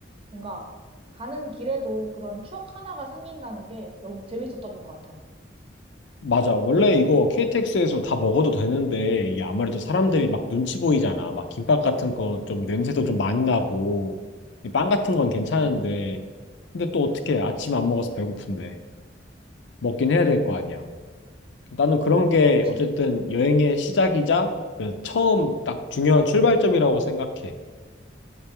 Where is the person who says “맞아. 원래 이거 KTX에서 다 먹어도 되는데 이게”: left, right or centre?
Left